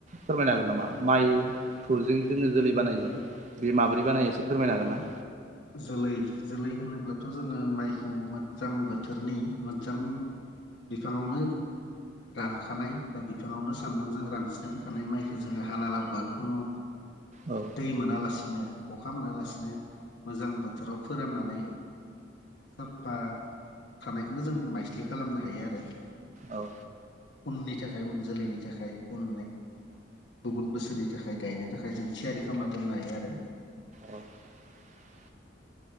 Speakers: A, on the right; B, on the left.
A: फोरमायनो हागोन नामा? माइ खौजे जोङो जोलै बानायो। बे माब्रै बानायो एसे फोरमायनो हागोन ना?
B: जोलै जोलै होनोब्लाथ' जोङो माइखौ मोजां बोथोरनि मोजां बिफांआवनो रानखानाय बा बिफाङावनो सान्दुंजों रानस्रमखानाय माइखौ जोङो हाना लाबोआ खुनु
A: औ
B: दै मोनालासिनो अखा मोनालासिनो मोजां बोथोराव फोराननानै साफा थानायखौनो जों माइस्लि खालामनो हायो आरो।
A: औ।
B: उननि थाखाय उन जोलैनि थाखाय उन गुबुन बोसोरनि थाखाय गायनो थाखाय जों थियारि खालामना दोननो हायो आरो।
A: <inaudible>